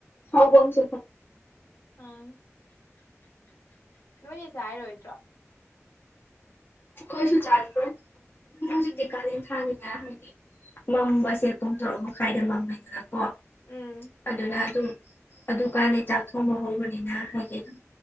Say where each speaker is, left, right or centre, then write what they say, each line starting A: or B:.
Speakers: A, on the left (about 45°); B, on the left (about 70°).
A: ꯍꯥꯎ ꯕꯪ ꯁꯦ
B: ꯎꯝ ꯅꯣꯏꯗꯤ ꯆꯥꯔꯤꯔꯣꯏꯗ꯭ꯔꯣ
A: ꯑꯈꯣꯏꯁꯨ ꯆꯥꯒꯤꯔꯣꯏ ꯑꯗꯨꯝ ꯍꯧꯖꯤꯛꯇꯤ
B: ꯎꯝ
A: ꯀꯥꯂꯦꯟ ꯊꯥꯅꯤꯅ ꯍꯥꯏꯗꯤ
B: ꯎꯝ
A: ꯃꯝꯕꯁꯦ ꯄꯨꯡ ꯇꯔꯨꯛ ꯃꯈꯥꯏꯗ ꯃꯝꯃꯦꯗꯅ ꯀꯣ
B: ꯎꯝ
A: ꯑꯗꯨꯅ ꯑꯗꯨꯝ ꯑꯗꯨ ꯀꯥꯟꯗꯩ ꯆꯥꯛꯊꯣꯡꯕ ꯍꯧꯕꯅꯤꯅ ꯍꯥꯏꯗꯤ ꯑꯗꯨ